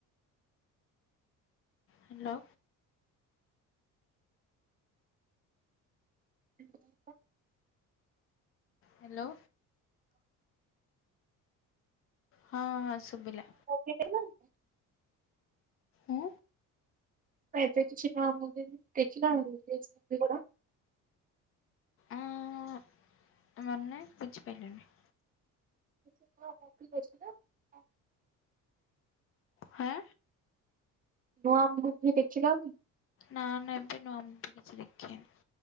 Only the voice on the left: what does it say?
Hello.
Hello. ହଁ ହଁ ଶୁଭିଲା।
ଉଁ
ଉଁ ମାନେ ବୁଝି ପାଇଲିନି?
ହାଁ
ନା ନା ଏବେ ନୁଆ ମୁଭି କିଛି ଦେଖିନି